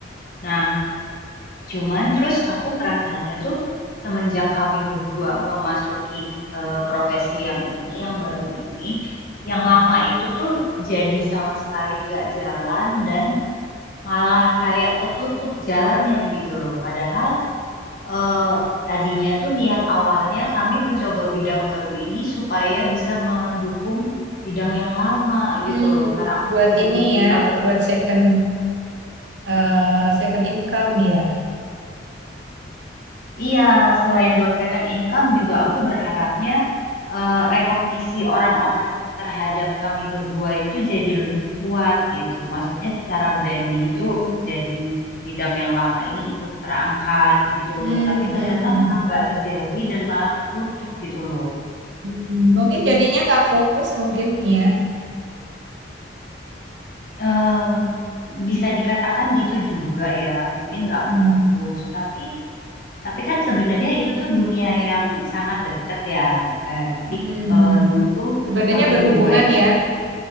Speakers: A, on the left; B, on the right.
A: Nah, Cuman terus aku ngerasanya tuh semenjak kami berdua memasuki eh, profesi yang ini, yang baru ini, yang lama itu tuh jadi sama sekali nggak jalan dan malah kayak ketutup jalannya gitu loh. Padahal eh, tadinya tuh niat awalnya kami mencoba bidang baru ini supaya bisa mendukung bidang yang lama
B: Hmm.
A: gitu loh. Karena aku
B: Buat
A: jadi
B: ini ya,
A: agak
B: buat
A: bingung.
B: second eh, second income ya.
A: Iya, selain buat second income juga aku berharapnya eh, rekognisi orang-orang terhadap kami berdua itu jadi lebih kuat gitu. Maksudnya secara branding
B: Oke.
A: tuh jadi bidang yang lama ini ikut terangkat gitu
B: Hmm.
A: loh. Tapi
B: mm-mm.
A: ternyata
B: Hmm.
A: malah nggak terjadi dan malah ketutup gitu loh.
B: Hmm, Mungkin jadinya nggak fokus mungkin ya.
A: eh bisa dikatakan gitu juga ya, mungkin nggak
B: Hmm.
A: fokus. Tapi Tapi kan sebenarnya itu tuh dunia yang sangat dekat ya, Fer. Jadi
B: Hmm.
A: eh, dulu tuh
B: Sebenarnya
A: kami
B: berhubungan
A: berdua itu
B: ya.